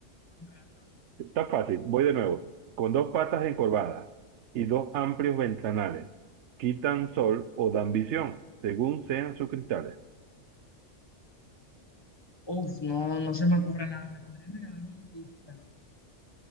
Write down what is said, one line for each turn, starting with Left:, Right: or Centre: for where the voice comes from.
Left: Andrea?
Right: Está fácil, voy de nuevo. Con dos patas encorvadas y dos amplios ventanales, quitan sol o dan visión, según sean sus cristales.
Left: Uf, no, no se me ocurre nada. ¿Me podrías regalar una pista?